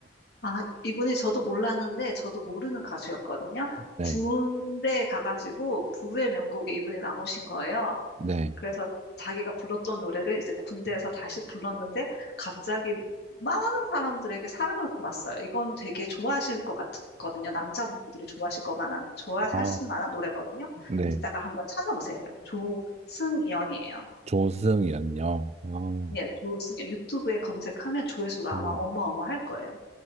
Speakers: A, on the left; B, on the right.
A: 아, 이분이 저도 몰랐는데 저도 모르는 가수였거든요.
B: <laughs> 네.
A: 군대 가가지고 부의 명곡에 이분이 나오신 거예요.
B: 네.
A: 그래서 자기가 불렀던 노래를 이제 군대에서 다시 불렀는데 갑자기 많은 사람들에게 사랑을 받았어요. 이거는 되게 좋아하실 것 같거든요. 남자분들이 좋아하실 것 만한, 좋아하실
B: 아,
A: 만한 노래거든요.
B: 네.
A: 이따가 한번 찾아보세요. 조승연이에요.
B: 조승이란요. 아,
A: 예, 조승연. 유튜브에 검색하면 조회수가
B: 어.
A: 아마 어마어마할 거예요.